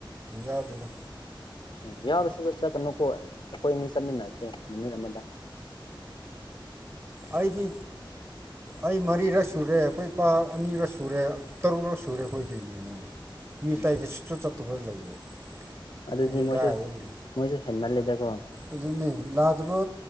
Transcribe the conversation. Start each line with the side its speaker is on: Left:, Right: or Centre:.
Right: ꯌꯥꯎꯗꯦꯅ
Left: ꯑꯣ ꯌꯥꯎꯔꯁꯨ ꯆꯠ ꯆꯠꯀꯅꯨꯀꯣ ꯑꯩꯈꯣꯏ ꯑꯅꯤ ꯆꯠꯃꯤꯟꯅꯁꯦ ꯅꯨꯃꯤꯠ ꯑꯃꯗ
Right: ꯑꯩꯗꯤ ꯑꯩ ꯃꯔꯤꯔꯛ ꯁꯨꯔꯦ ꯑꯈꯣꯏ ꯏꯄꯥ ꯑꯅꯤꯔꯛ ꯁꯨꯔꯦ ꯇꯔꯨꯛꯔꯛ ꯁꯨꯔꯦ ꯑꯈꯣꯏꯗꯤ ꯃꯤ
Left: ꯎꯝ
Right: ꯇꯩꯗꯤ ꯁꯨꯛꯆꯠ ꯆꯠꯇꯕ ꯂꯩꯔꯦ
Left: ꯑꯗꯨꯗꯤ
Right: ꯁꯤꯗꯤ
Left: ꯃꯣꯏꯁꯨ
Right: ꯀꯗꯥꯏꯗꯒꯤ
Left: ꯃꯣꯏꯁꯨ ꯍꯦꯟꯃꯜꯂꯦꯗꯀꯣ
Right: ꯑꯗꯨꯅꯦ ꯂꯥꯛꯇꯕ